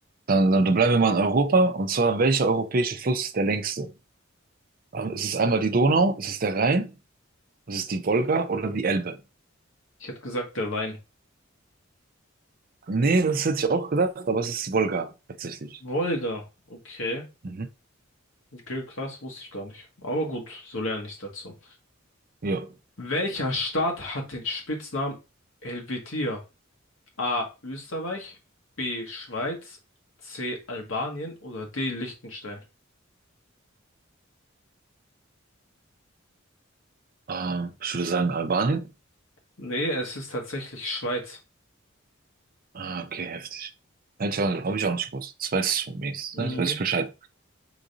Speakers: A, on the right (about 45°); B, on the left (about 75°).
A: Dann, dann bleiben wir mal in Europa, und zwar, welcher europäische Fluss ist der längste? Ähm, Ist es einmal die Donau, ist es der Rhein, ist es die Wolga oder die Elbe?
B: Ich hätte gesagt, der Wein.
A: Nee, das hätte ich auch gedacht, aber es ist die Wolga, tatsächlich.
B: Wolga. Okay.
A: Mhm.
B: Okay, krass, wusste ich gar nicht. Aber gut, so lerne ich dazu.
A: Ja,
B: Welcher Staat hat den Spitznamen Helvetia? A. Österreich, B. Schweiz, C. Albanien oder D. Liechtenstein?
A: ähm, ich würde sagen Albanien.
B: Nee, es ist tatsächlich Schweiz.
A: Ah, okay, heftig. Hätte ich auch, habe ich auch nicht gewusst. Das weiß ich von mir.
B: Mhm.
A: Das weiß ich Bescheid.